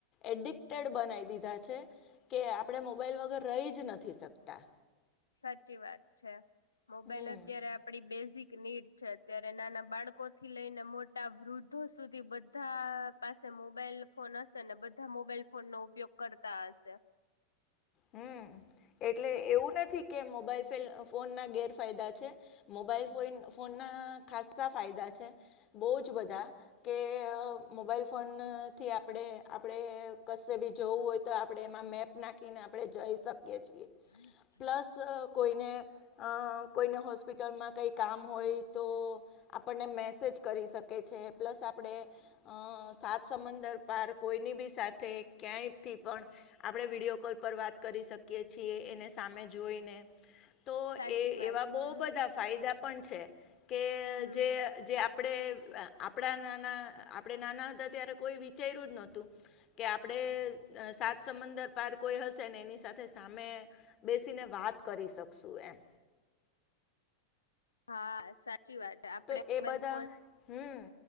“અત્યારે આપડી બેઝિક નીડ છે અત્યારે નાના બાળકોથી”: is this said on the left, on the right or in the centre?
Left